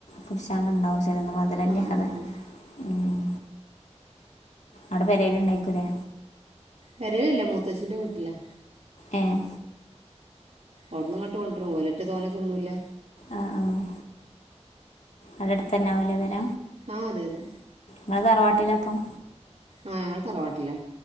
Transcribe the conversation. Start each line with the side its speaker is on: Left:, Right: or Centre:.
Left: <unintelligible> ശാണ് ണ്ടാവും ചെലത് മധ് രല്ലാതെ
Right: ആ ആ ആ
Left: ഉം അവ്ടെ പെരേല് ഇണ്ടായിർക്കുല്ലേ
Right: പെരേലില്ല മൂത്തച്ചിന്റെ വീട്ട്ലാ.
Left: ഏഹ്
Right: അവ്ട്ങ്ങട്ട് കൊണ്ട്രും ഓലെറ്റെ തോന്നേ തിന്നൂല്ല.
Left: ആഹ് ആഹ് അടട് തെന്നാവുല്ലെ പെര.
Right: ആഹ് അതെ യതെ.
Left: ങ്ങള് തറവാട്ടിലാപ്പം?
Right: ആഹ് ഞങ്ങള് തറവാട്ടിലാ.